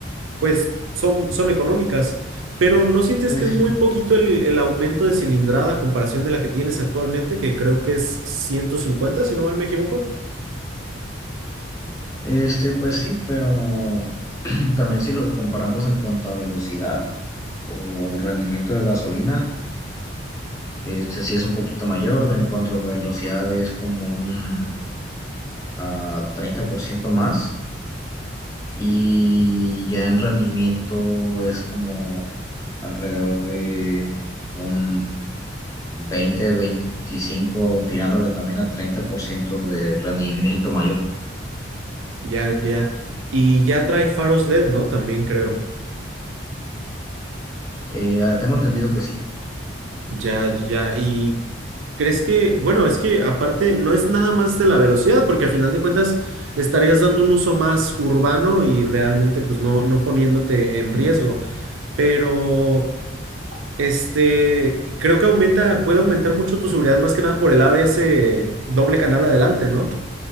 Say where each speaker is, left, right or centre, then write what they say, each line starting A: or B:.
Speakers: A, on the right; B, on the left.
A: pues son, son económicas, pero ¿no sientes
B: Ujú.
A: que es muy poquito el, el aumento de cilindrada a comparación de la que tienes actualmente, que creo que es 150 si no mal me equivoco?
B: Este, pues sí, pero <clears throat> también si lo comparamos en cuanto a velocidad o rendimiento de gasolina, este sí es un poquito mayor, en cuanto a velocidad es como un ah, 30% más y ya en rendimiento es como alrededor de un 20 25 tirándole también a 30% de rendimiento mayor.
A: Ya, ya. Y ya trae faros LED, ¿no? También creo.
B: Eh, ah, tengo entendido que sí.
A: Ya, ya. Y crees que, bueno, es que aparte no es nada más de la velocidad, porque a final de cuentas le estarías dando un uso más urbano y realmente pues no, no poniéndote en riesgo. Pero... Este, creo que aumenta, puede aumentar mucho tu seguridad, más que nada por el ABS doble canal adelante, ¿no?